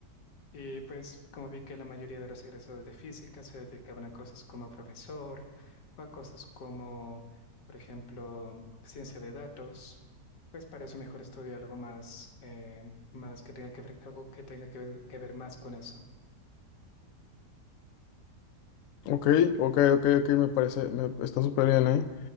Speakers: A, on the left; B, on the left.
A: Y pues como vi que la mayoría de los egresados de física se dedicaban a cosas como profesor o a cosas como, por ejemplo, ciencia de datos, pues para eso mejor estudio algo más, eh, más que tenga que ver, algo que tenga que ver, que ver más con eso.
B: Ok, ok, ok, ok, me parece, me, está súper bien, ¿eh?